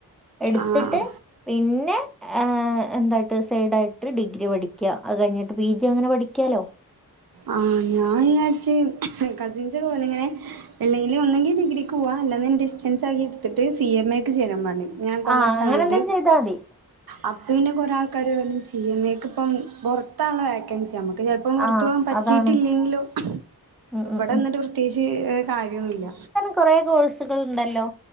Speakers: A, in the centre; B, on the right (about 70°).
A: എട്ത്തിട്ട്
B: ആഹ്
A: പിന്നെ എന്തായിട്ട് സൈഡായിട്ട് ഡിഗ്രി പഠിക്ക അത് കഴിഞ്ഞിട്ട് പി ജി അങ്ങനെ പഠിക്കാലോ
B: ആഹ് ഞാൻ വിയാരിച്ച് കസിൻസ് പോലെയിങ്ങനെ എല്ലെങ്കില് ഒന്നെങ്കി ഡിഗ്രിക്ക് പോവാ അല്ലാന്ന്ണ്ടെ ഡിസ്റ്റൻസ് ആക്കി ഇടത്തിട്ട് സി എം എ ക്ക് ചേരാൻ പറഞ്ഞു ഞാൻ കൊമേഴ്
A: ആഹ് അങ്ങനെ
B: ആണെഡി
A: എന്തെങ്കിലും ചെയ്താ മതി
B: അപ്പെ ഇനെ കൊറെ ആൾക്കാര് സിഎംഎ ക്ക്ഇപ്പം പൊറത്താണല്ലൊ വേക്കൻസി അമക്ക് ക്ക് ചെലപ്പം പൊറത്തപ്പോവാൻ
A: ആഹ്
B: പറ്റിട്ടിയില്ലെങ്കിലോ
A: അതാണ് ഉം
B: ഇവടെ
A: ഉം ഉം
B: നിന്നിട്ട് പ്രത്യേയിച്ച് കാര്യയെന്നുമില്ല
A: കൊറെ കോഴ്സ്കൾ ഉണ്ടല്ലോ